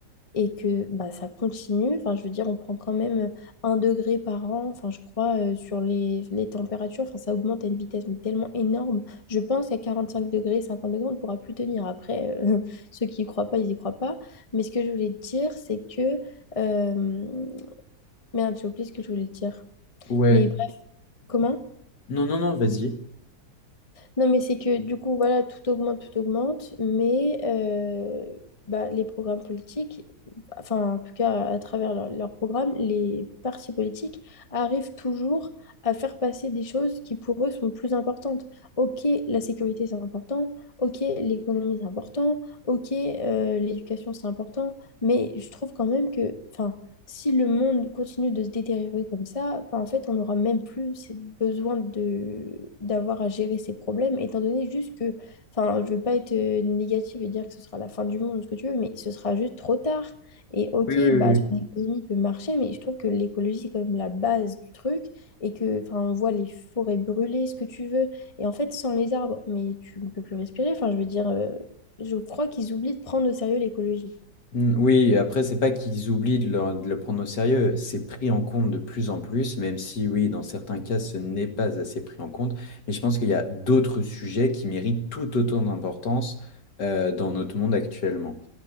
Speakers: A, on the left; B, on the left.
A: et que bah, ça continue. Enfin, je veux dire, on prend quand même euh, un degré par an, enfin, je crois, euh, sur les, les températures. Enfin, ça augmente à une vitesse mais tellement énorme. Je pense qu'à 45 degrés, 50 degrés, on ne pourra plus tenir. Après, euh, <laughs> ceux qui y croient pas, ils y croient pas. Mais ce que je voulais te dire, c'est que... euh, Merde, j'ai oublié ce que je voulais te dire.
B: Ouais.
A: Mais bref, comment?
B: Non, non, non, vas-y.
A: Non, mais c'est que du coup, voilà, tout augmente, tout augmente, mais euh, bah, les programmes politiques, enfin, en tout cas, à travers leur- leurs programmes, les partis politiques arrivent toujours à faire passer des choses qui pour eux sont plus importantes. Ok, la sécurité, c'est important, ok, l'économie, c'est important, ok, euh, l'éducation, c'est important, mais je trouve quand même que, enfin, si le monde continue de se détériorer comme ça, enfin, en fait, on n'aura même plus ce besoin de d'avoir à gérer ces problèmes, étant donné juste que, enfin, je veux pas être euh, négative et dire que ce sera la fin du monde ou ce que tu veux, mais ce sera juste trop tard. Et ok,
B: Oui oui
A: bah,
B: oui.
A: ton économie peut marcher, mais je trouve que l'écologie, c'est quand même la base du truc, et que, enfin, on voit les forêts brûler, ce que tu veux, et en fait, sans les arbres, mais tu ne peux plus respirer, enfin, je veux dire, euh, je crois qu'ils oublient de prendre au sérieux l'écologie.
B: Mm, Oui, après, c'est pas qu'ils oublient de le, de le prendre au sérieux, c'est pris en compte de plus en plus, même si, oui, dans certains cas, ce n'est pas assez pris en compte. Mais je pense qu'il y a d'autres sujets qui méritent tout autant d'importance euh, dans notre monde actuellement.